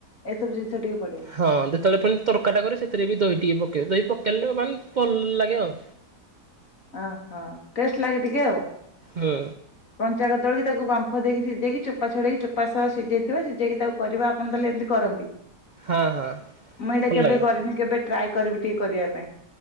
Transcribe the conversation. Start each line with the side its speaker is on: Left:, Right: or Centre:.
Left: ଏସବୁ ଜିନିଷ ଟିକେ ପଡିବ।
Right: ହଁ ଯେତେବେଳେ ପୁଣି ତରକାରୀଟା କରେ ସେଥିରେ ବି ଦହି ଟିକେ ପକେଇବେ ଦହି ପକେଇଲେ ମାନେ ଭଲ ଲାଗେ ଆଉ।
Left: ଅ ହ ଟେଷ୍ଟ ଲାଗେ ଟିକେ ଆଉ।
Right: ହୁଁ
Left: କଞ୍ଚା କଦଳୀ କି ତାକୁ ବାମ୍ଫ ଦେଇକି ସିଝେଇକି ଚୋପା ଛଡେଇକି ଚୋପା ସହ ସିଝେଇଥିବେ ସିଝେଇକି ତାକୁ କରିବା ଆପଣ ତାହେଲେ ଏମତି କରନ୍ତି
Right: ହଁ ହଁ
Left: ମୁଁ ଏଇଟା
Right: ଭଲ
Left: କେବେ
Right: ଲାଗେ
Left: କରିନି କେବେ ଟ୍ରାଏ କରିବି ଟିକେ କରିଆ ପାଇଁ।